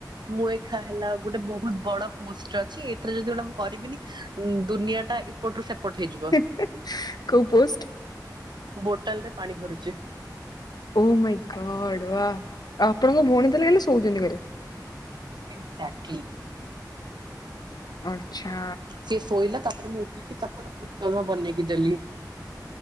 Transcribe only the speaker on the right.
ମୁଁ ଏଇଖା ହେଲା ଗୋଟେ ବୋହୁତ ବଡ ପୋଷ୍ଟରେ ଅଛି ଏଥିରେ ଯଦି ଗୋଟେ ମୁଁ କରିବିନି ଉଁ ଦୁନିଆଟା ଏ ଏପଟ ସେପଟ ହେଇଯିବ।
ବୋଟଲରେ ପାଣି ଭରୁଚି।
ଏଗ୍ଜାକ୍ଟଲି।
ସିଏ ଶୋଇଲା ତାପରେ ମୁଁ ଉଠିକି ତାକୁ ଏଇନା ଉପମା ବନେଇକି ଦେଲି।